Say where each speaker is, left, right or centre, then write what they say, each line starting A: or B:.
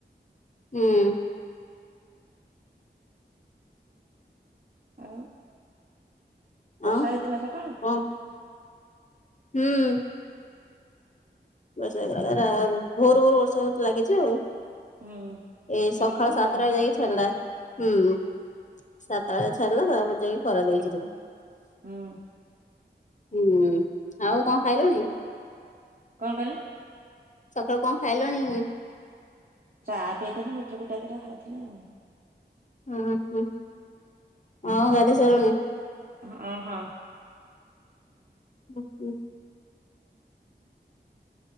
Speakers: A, on the left (about 40°); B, on the right (about 50°).
A: ହୁଁ।
B: ଆଉ ବର୍ଷା
A: ଆଉ
B: ହେଇଥିଲା ସକାଳୁ?
A: କଣ ହୁଁ। ବର୍ଷା ହେଉଥିଲା, ରା ଭୋରୁ-ଭୋରୁ ବର୍ଷା ଲାଗିଚି ଆଉ।
B: ହୁଁ
A: ଏ ସଖାଳ
B: ଏବେ ତ ଖରା
A: ସାତଟା
B: ହେଲାଣି
A: <unintelligible> ଛା ଡିଲା ହୁଁ ସାତଟା ବଳେ ଛାଡିଲା, ତା ପରେ ଯଇକି ଖରା ଦେଇଚି ଟିକେ।
B: ହୁଁ
A: ହୁଁ, ଆଉ କଣ ଖାଇଲଣି?
B: କଣ କଇଲ?
A: ସଖାଳୁ କଣ ଖାଇଲଣି?
B: ଚା ପିଇଥିଲୁ ମିଠା ଫିଠା ଦିଟା ଖାଇଥିଲି ଆଉ।
A: ହୁଁ-ହୁଁ, ହଁ ଗାଧେଇସାରିଲୁଣି।
B: ହଁ-ହଁ।
A: <inaudible>